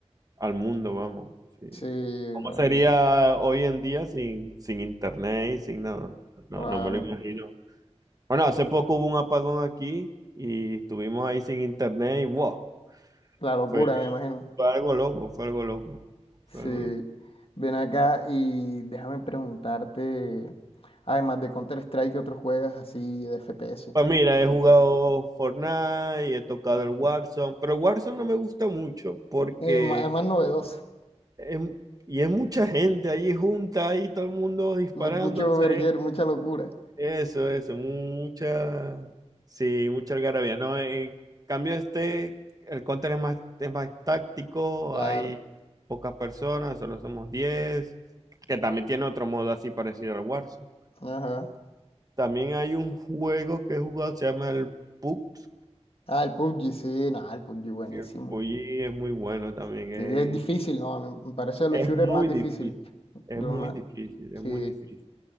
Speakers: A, on the right (about 35°); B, on the left (about 55°).
A: al mundo, vamos. sí.
B: sí,
A: ¿Cómo
B: la-
A: sería hoy en día sin, sin internet y sin nada? No,
B: Claro,
A: no me lo imagino. Bueno, hace poco hubo un apagón aquí y estuvimos ahí sin internet y wow,
B: la locura,
A: fue,
B: me imagino.
A: fue algo loco, fue algo loco,
B: Sí,
A: fue algo loco.
B: ven acá y déjame preguntarte, además de Counter-Strike, ¿qué otros juegas así de FPS?
A: Pues mira,
B: que te gusten?
A: he jugado Fortnite, he tocado
B: Ujú.
A: el Warzone, pero el Warzone no me gusta mucho porque
B: Es más, es más novedoso,
A: es- y es mucha gente allí junta, ahí todo el mundo disparándose.
B: mu- mucho verguer, mucha locura,
A: Eso, eso, mu- mucha, sí, mucha algarabía, ¿no? En cambio este, el counter es más, es más táctico,
B: claro.
A: hay pocas personas, solo somos 10 que también tiene otro modo así parecido al Warzone.
B: Ajá.
A: También hay un juego que he jugado, se llama el PUBG,
B: Ah, el PUBG, sí, no, el PUBG buenísimo.
A: que el PUBG es muy bueno también,
B: Sí,
A: es,
B: es difícil, ¿no? A mí me parece de los
A: es
B: shooters
A: muy
B: más difícil.
A: difícil, es
B: de
A: muy
B: los más-
A: difícil,
B: Sí,
A: es muy difícil.